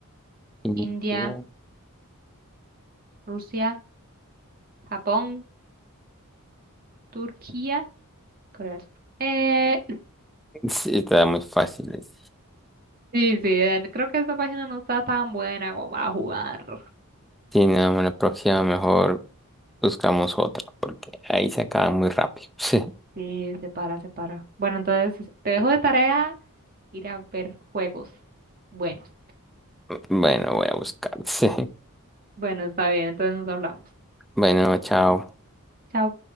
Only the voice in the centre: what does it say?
India.
Sí, está muy fácil. ese.
Sí, no, la próxima mejor buscamos otra, porque ahí se acaba muy rápido. <laughs>
Bueno, voy a buscar. <laughs>
Bueno, chao.